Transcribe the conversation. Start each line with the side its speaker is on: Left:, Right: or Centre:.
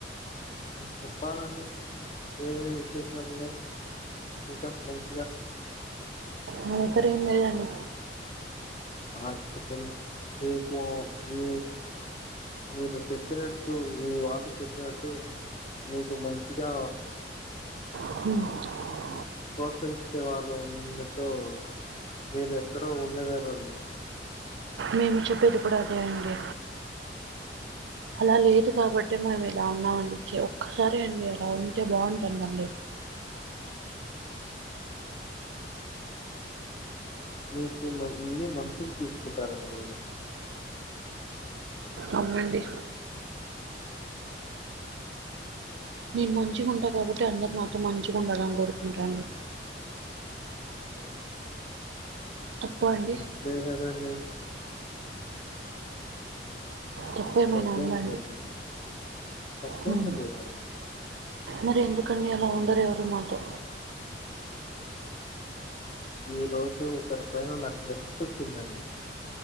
Left: చెప్పాలండి ఏమేం విశేషాలు ఉన్నాయి ఇంకా మంచిగా
Right: ఏం కర్రీ వండేరండి
Left: హాస్పిటల్ రేపు నీ మీరు చెప్పినట్టు మీ వాళ్ళు చెప్పినట్టు మీకు మంచిగా
Right: హ
Left: ప్రోత్సహిచే వాళ్ళు ఉన్నచో మీరు ఎక్కడో ఉండేదారుండి
Right: మేము చెప్పేది కూడా అదే అండి అలా లేదు కాబట్టి మేము ఇలా ఉన్నామండిచ్చి ఒక్కసారిే అండి అలా ఉంటే బాగుంటుందండి
Left: మీకు ఇన్ని మనుసుులు తీసుకుంటారండి మీరు
Right: అవునండి నేను మంచిగా ఉంటా కాబట్టి అందరు నాతో మంచిగా ఉండాలని కోరుకుంటా అండి
Left: మ్మ్.
Right: తప్పా అండి?
Left: మంచిదే కదాండి
Right: తప్పేమైనా
Left: తప్పేం
Right: ఉందండి
Left: లేదండి తప్పేమి
Right: హ
Left: లేదండి
Right: మరి ఎందుకు కానీ ఆలా ఉండరు ఎవరు నాతో
Left: ఈ రోజు ఒకరి పైన నాకు విరక్తొచ్చిందండి